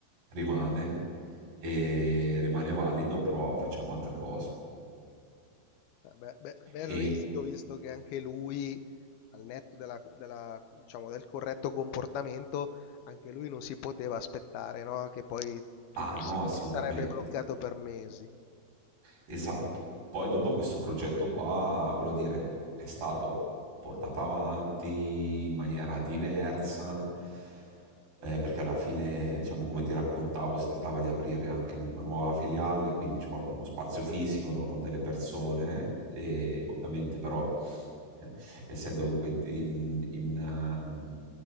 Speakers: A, on the right; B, on the left.
A: rimane, e rimane valido, però facciamo altre cose.
B: Eh, Beh, beh, bel
A: E,
B: rischio visto che anche lui, al netto della- della, diciamo, del corretto comportamento, anche lui non si poteva aspettare, no? Che poi tutto
A: ah no,
B: Sì.
A: assolutamente.
B: si sarebbe bloccato per mesi.
A: Esatto. Poi dopo questo progetto qua, voglio dire, è stato portato avanti in maniera diversa, eh, perché alla fine, diciamo, come ti raccontavo, si trattava di aprire anche una nuova filiale, quindi c'è proprio uno spazio fisico, no, con delle persone, e ovviamente però, <laughs> essendo comunque in, in, ehm,